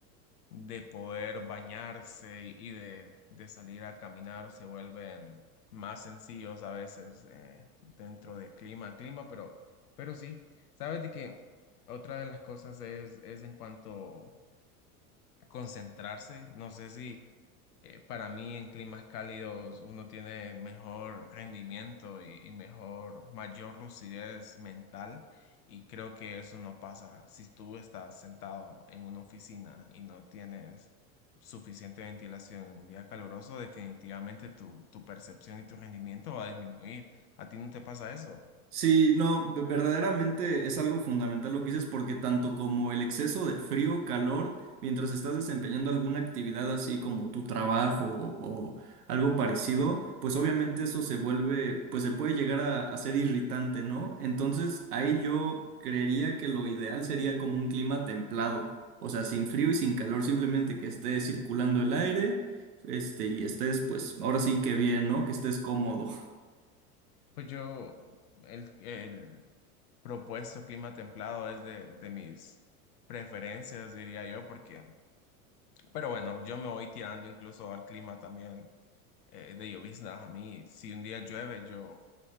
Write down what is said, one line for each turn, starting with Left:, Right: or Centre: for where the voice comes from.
Left: de poder bañarse y de, de salir a caminar se vuelven más sencillos a veces eh, dentro de clima a clima, pero, pero sí, sabes de que otra de las cosas es, es en cuanto a concentrarse, no sé si eh, para mí en climas cálidos uno tiene mejor rendimiento y, y mejor, mayor lucidez mental y creo que eso no pasa si tú estás sentado en una oficina y no tienes suficiente ventilación en un día caluroso, definitivamente tu, tu percepción y tu rendimiento va a disminuir. ¿A ti no te pasa eso?
Right: Sí, no, ve- verdaderamente es algo fundamental lo que dices porque tanto como el exceso de frío, calor, mientras estás desempeñando alguna actividad así como tu trabajo o, o algo parecido, pues obviamente eso se vuelve, pues se puede llegar a, a ser irritante, ¿no? Entonces ahí yo creería que lo ideal sería como un clima templado, o sea, sin frío y sin calor, simplemente que esté circulando el aire, este, y estés, pues ahora sí que bien, ¿no? Que estés cómodo.
Left: Pues yo, el, el propuesto clima templado es de, de mis preferencias, diría yo, porque Pero bueno, yo me voy tirando incluso al clima también eh, de lloviznas. A mí, si un día llueve, yo